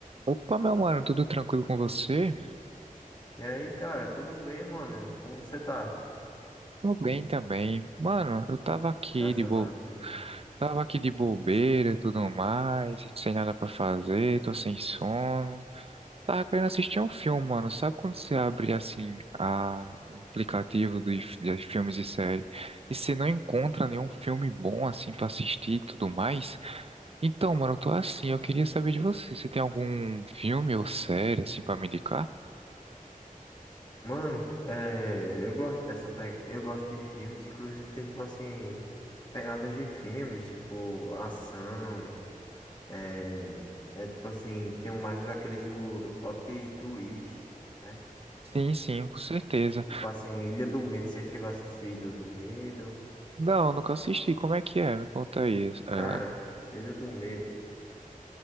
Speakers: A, on the right; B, on the left.
A: Opa, meu mano, tudo tranquilo com você?
B: E aí, cara, tudo bem, mano? Como você tá?
A: Tô bem também. Mano, eu tava aqui
B: Graças
A: de bo...
B: a Deus.
A: tava aqui de bobeira e tudo mais, sem nada pra fazer, tô sem sono. Tava querendo assistir um filme, mano. Sabe quando você abre assim a... o aplicativo de... de filmes e séries e você não encontra nenhum filme bom assim pra assistir e tudo mais? Então, mano, eu tô assim, eu queria saber de você. Você tem algum filme ou série assim pra me indicar?
B: Mano, é, eu gosto dessa pe... eu gosto de filmes, inclusive tem tipo assim, pegadas de filmes, tipo ação, é, é tipo assim, tem um mais daqueles do, do plot twist, né?
A: Sim, sim, com certeza.
B: Tipo assim, Ilha do Medo, você chegou a assistir Ilha do Medo?
A: Não, nunca assisti. Como é que é? Me conta aí. Ah,
B: Cara, Ilha do Medo,